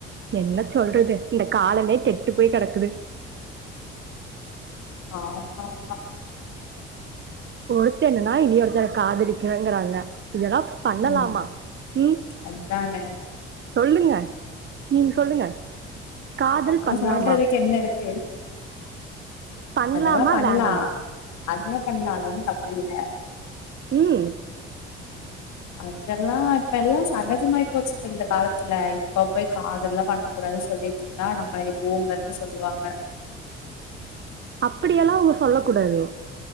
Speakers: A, on the right; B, on the left.
A: என்ன சொல்றது இந்த காலமே கெட்டு போய் கெடக்குது
B: ஆமா ஆமா
A: ஒருத்த என்னன்னா இனி ஒருத்தர காதலிக்கறங்கிறாங்க இதல்லா பண்ணலாமா
B: ம்
A: உம்
B: அதானே
A: சொல்லுங்க நீங்க சொல்லுங்க காதல்
B: ஆஹ்
A: பண்லாமா
B: சொல்றதுக்கு என்ன இருக்கு
A: பண்லாமா
B: அதெல்லா பண்லா
A: வேணாமா
B: அதெல்லா பண்லா அது வந்து தப்பில்ல
A: உம்
B: அதெல்லா இப்ப எல்லா சகஜமாயி போச்சுங்க இந்த காலத்துல இப்ப போய் காதல்லா பண்ண கூடாது சொல் சொல்லிட்டு இருந்தா நம்மள பூமர்ன்னு சொல்லுவாங்க
A: அப்டியெல்லா அவுங்க சொல்ல கூடாது